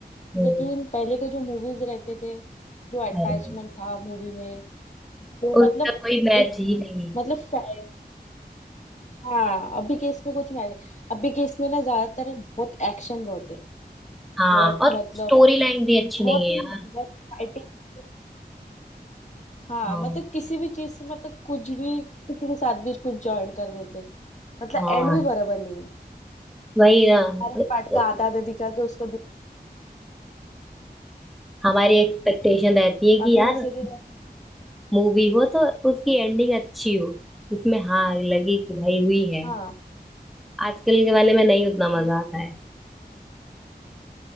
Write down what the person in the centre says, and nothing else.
हम्म,
अरे
उसका
कोई मैच
ही नहीं है
हाँ
और
स्टोरी लाइन भी
अच्छी नहीं है
यार
हाँ
हाँ
वही ना
तो,
तो
हमारी एक्सपेक्टेशन रहती है कि
यार
मूवी हो तो उसकी एंडिंग अच्छी हो इसमें हाँ
लगी कि भाई हुई है
आजकल के वाले में नहीं उतना
मजा आता है